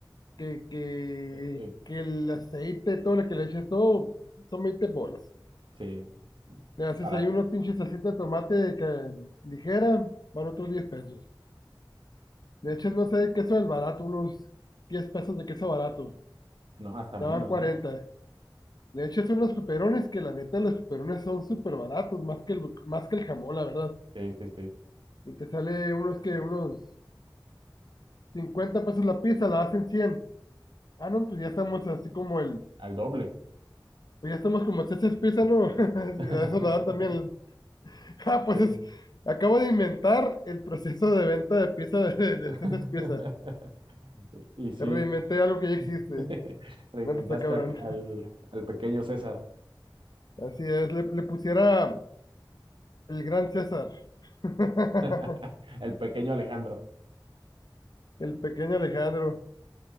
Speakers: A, on the left (about 55°); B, on the right (about 85°).
A: que, que,
B: eh,
A: que el aceite, todo lo que le eches, todo son 20 bolas.
B: sí.
A: Le haces
B: Barato.
A: ahí unos pinches salsita de tomate de ca- ligera, van otros 10 pesos. Le echas, no sé, queso del barato, unos 10 pesos de queso barato,
B: No, hasta menos,
A: ya van cuarenta
B: ¿no?
A: Le echas unos peperones, que la neta los peperones son súper baratos, más que el, más que el jamón, la verdad.
B: Sí, sí, sí.
A: Y te sale unos que unos 50 pesos la pizza, la hacen cien Ah, no, pues ya estamos así como el,
B: Al doble.
A: pues ya estamos como César pizza, ¿no? <laughs>
B: <laughs>
A: Y a eso la dan también. <laughs> Ah, pues
B: Sí.
A: es- acabo de inventar el proceso de venta de pizza de- de- del
B: <laughs>
A: César pizza.
B: Y sí,
A: Reinventé algo que ya existe.
B: <laughs> reinventaste
A: No, pues está cabrón.
B: al,
A: <laughs>
B: al, al pequeño César,
A: Así es, le, le pusiera el gran César. <laughs>
B: <laughs> el pequeño Alejandro.
A: El pequeño Alejandro.